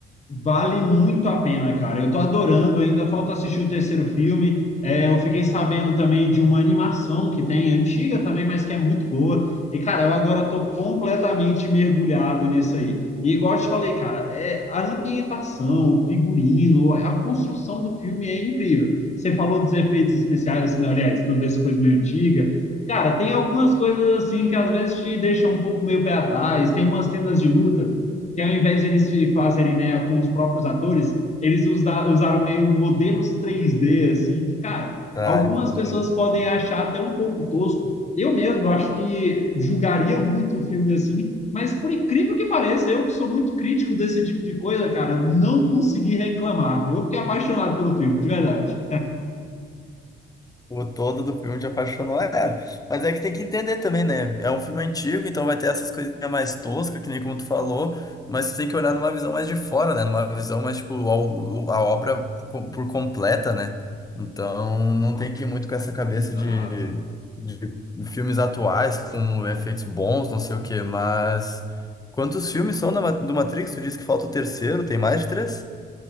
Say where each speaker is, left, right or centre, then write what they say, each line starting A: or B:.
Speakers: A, on the left; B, on the left.
A: Vale muito a pena, cara. Eu tô adorando, ainda falta assistir o terceiro filme. É, eu fiquei sabendo também de uma animação que tem, antiga também, mas que é muito boa. E, cara, eu agora tô completamente mergulhado nisso aí. E igual eu te falei, cara, é a ambientação, o figurino, a construção do filme é incrível. Você falou dos efeitos especiais, assim, aliás, do, dessa coisa meio antiga. Cara, tem algumas coisas assim que às vezes te deixam um pouco meio pé atrás, tem umas cenas de luta que ao invés de eles fazerem né, com os próprios atores, eles usa, usaram meio modelos 3D, assim, que, cara,
B: Tá,
A: algumas
B: entendi.
A: pessoas podem achar até um pouco tosco. Eu mesmo acho que julgaria muito o filme assim, mas por incrível que pareça, eu que sou muito crítico desse tipo de coisa, cara, não consegui reclamar. Eu fiquei apaixonado pelo filme, de verdade.
B: O todo do filme te apaixonou, é. Mas é que tem que entender também, né? É um filme antigo, então vai ter essas coisinhas mais toscas, que nem como tu falou, mas tu tem que olhar numa visão mais de fora, né? Numa visão mais, tipo, ao- a, obra por, com- por completa, né? Então não tem que ir muito com essa cabeça
A: Exato.
B: de, de filmes atuais, com efeitos bons, não sei o quê, mas. Quantos filmes são da Ma- do Matrix? Tu disse que falta o terceiro, tem mais de três?